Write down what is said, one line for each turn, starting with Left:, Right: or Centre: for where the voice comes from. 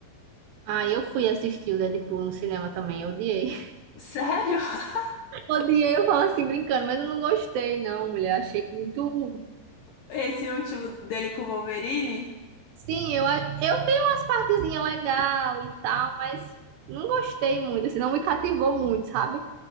Right: Ah, eu fui assistir o Deadpool no cinema também, eu odiei.
Left: Sério? <laughs>
Right: <laughs> Odiei, eu falo assim brincando, mas eu não gostei não, mulher, achei muito
Left: Esse último dele com o Wolverine?
Right: Sim, eu, a- eu tenho umas partezinhas legais e tal, mas não gostei muito, assim, não me cativou muito, sabe?